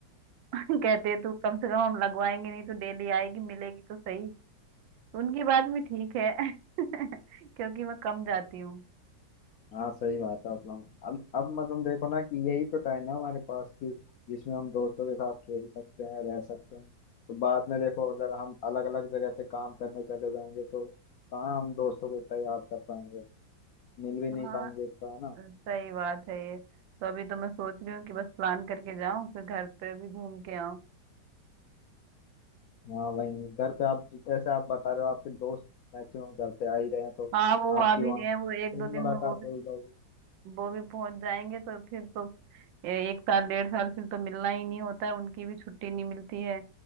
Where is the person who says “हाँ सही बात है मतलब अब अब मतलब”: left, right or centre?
Left